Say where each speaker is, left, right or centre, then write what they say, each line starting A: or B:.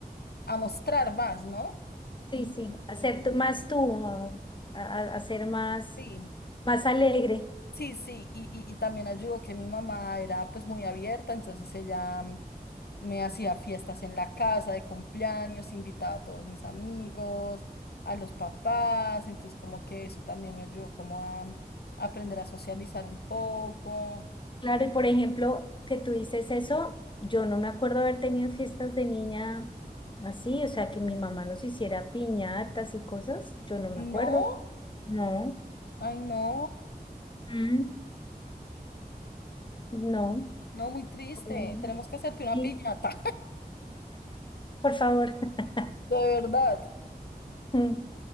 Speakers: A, on the left; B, on the left.
A: a mostrar más, ¿no?
B: Sí,
A: Y,
B: sí,
A: y-
B: hacer tú- más tú, ah, a, a- hacer más,
A: sí,
B: más alegre.
A: sí, sí. Y, y, y también ayudó que mi mamá era pues muy abierta, entonces ella mm, Me hacía fiestas en la casa de cumpleaños, invitaba a todos mis amigos, a los papás, entonces como que eso también me ayudó como a mm, aprender a socializar un poco.
B: Claro,
A: Eh,
B: y por ejemplo, que tú dices eso, yo no me acuerdo haber tenido fiestas de niña así, o sea, que mi mamá nos hiciera piñatas y cosas, yo no me
A: No,
B: acuerdo. No.
A: ay no,
B: Mm. No,
A: no, muy triste,
B: no, no.
A: tenemos que hacerte una
B: sí,
A: piñata,
B: por favor. <laughs>
A: <laughs> de verdad.
B: Mm.